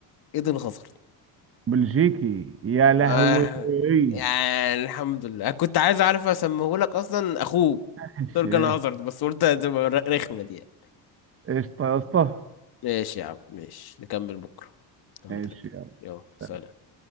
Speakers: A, on the left; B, on the right.
A: ايدن هازارد
B: بلجيكي يا لهوي
A: آه،
B: ماشي
A: يعني الحمد لله كنت عايز اعرف اسميه لك اصلا اخوه
B: ماشي.
A: تورجان هازارد بس قلت هتبقى رخمة دي يعني.
B: قشطه يا اسطى
A: ماشي يا عم ماشي نكمل بكرة لما
B: ماشي
A: ترجع
B: يلا
A: يلا سلام